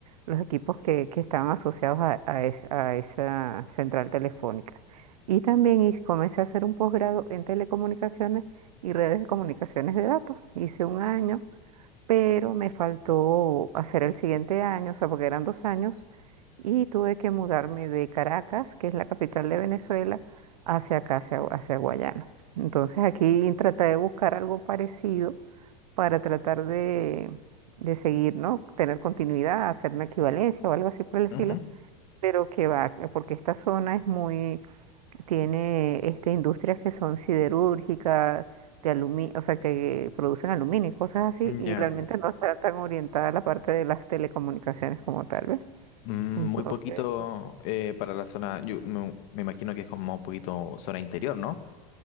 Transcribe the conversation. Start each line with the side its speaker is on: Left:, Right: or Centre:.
Right: los equipos que, que estaban asociados a, a es- a esa central telefónica. Y también hice- comencé a hacer un posgrado en telecomunicaciones y redes de comunicaciones de datos. Hice un año pero me faltó hacer el siguiente año, o sea, porque eran dos años, y tuve que mudarme de Caracas, que es la capital de Venezuela, hacia acá, hacia, hacia Guayana. Entonces aquí traté de buscar algo parecido para tratar de, de seguir, ¿no? Tener continuidad, hacer una equivalencia o algo así por el estilo,
Left: ujú.
Right: pero que va, porque esta zona es muy tiene este, industrias que son siderúrgicas, de aluminio, o sea, que producen aluminio y cosas así, y
Left: Ya.
Right: realmente no está tan orientada a la parte de las telecomunicaciones como tal, ¿ves?
Left: Mm,
Right: Entonces,
Left: Muy poquito eh, para la zona, yo me, me imagino que es como un poquito zona interior, ¿no?